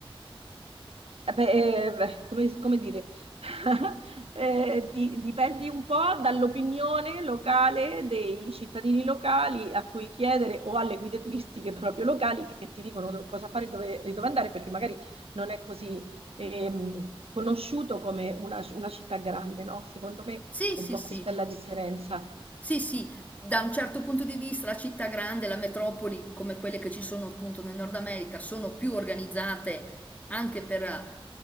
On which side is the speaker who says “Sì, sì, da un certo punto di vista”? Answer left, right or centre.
Left